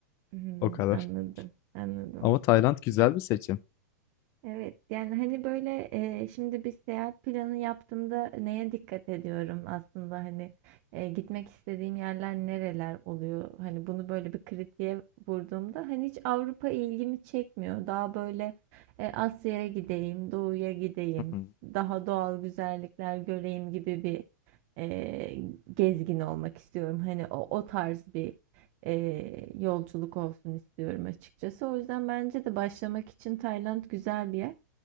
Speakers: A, on the right (about 40°); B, on the left (about 35°).
A: Hmm,
B: o kadar.
A: anladım, anladım.
B: Ama Tayland güzel bir seçim.
A: Evet yani hani böyle e, şimdi bir seyahat planı yaptığımda neye dikkat ediyorum aslında hani e, gitmek istediğim yerler nereler oluyor hani bunu böyle bir kritiğe vurduğumda hani hiç Avrupa ilgimi çekmiyor daha böyle e, Asya'ya gideyim doğuya gideyim
B: Hı hı.
A: daha doğal güzellikler göreyim gibi bir e, gezgin olmak istiyorum hani o, o tarz bir eee, yolculuk olsun istiyorum açıkçası. O yüzden bence de başlamak için Tayland güzel bir yer.